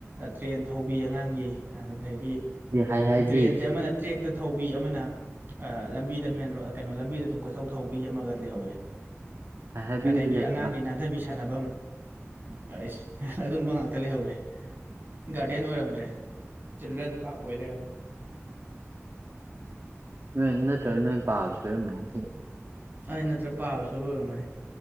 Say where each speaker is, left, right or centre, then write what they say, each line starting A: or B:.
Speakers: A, on the right; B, on the right.
A: ꯇ꯭ꯔꯦꯟ ꯊꯧꯕꯤ ꯑꯉꯥꯡꯒꯤ ꯑꯗꯒꯤ
B: ꯍꯥꯏ ꯍꯥꯏꯕꯤ
A: ꯇ꯭ꯔꯦꯟꯁꯦ ꯑꯃꯅ ꯇ꯭ꯔꯦꯛꯇ ꯊꯧꯕꯤ ꯑꯃꯅ ꯂꯝꯕꯤꯗ ꯃꯦꯟ ꯔꯣ ꯀꯩꯅꯣ ꯂꯝꯕꯤꯗ ꯑꯗꯨꯝ ꯀꯣꯏꯊꯧ ꯇꯍꯧꯕꯤꯃꯒ ꯂꯩꯍꯧꯋꯦ
B: ꯍꯥꯏ ꯍꯥꯏꯕꯤꯒꯗꯤ
A: ꯑꯗꯒꯤ
B: ꯂꯩꯕ꯭ꯔꯥ
A: ꯑꯉꯥꯡꯒꯤ ꯅꯥꯟꯊꯕꯤ ꯁꯥꯟꯅꯐꯝ ꯑꯁ ꯑꯗꯨꯝꯕ ꯉꯥꯛꯇ ꯂꯩꯍꯧꯋꯤ ꯒꯥꯔꯗꯦꯟ ꯑꯣꯏꯔꯝꯗ꯭ꯔꯦ ꯆꯤꯜꯗ꯭ꯔꯦꯟ ꯄꯥꯔꯛ ꯑꯣꯏ ꯂꯩꯔꯝ
B: ꯅꯣꯏ ꯅꯠꯇ꯭ꯔꯒ ꯅꯣꯏ ꯄꯥꯕ ꯁꯣꯏꯔꯝꯃꯅꯤ
A: ꯑꯩ ꯅꯠꯇ꯭ꯔ ꯄꯥꯕꯁꯨ ꯑꯣꯏꯣꯏꯔꯝꯃꯅꯤ